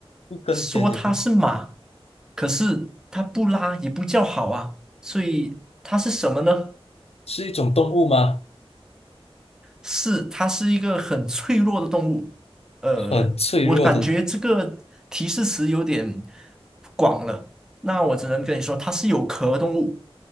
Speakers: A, on the left (about 80°); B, in the centre.
A: 不耕田也不
B: 说它是马，可是它不拉也不叫好啊，所以它是什么呢？
A: 是一种动物吗？
B: 是，它是一个很脆弱的动物。呃，
A: 很脆弱的，
B: 我感觉这个提示词有点广了，那我只能跟你说，它是有壳动物。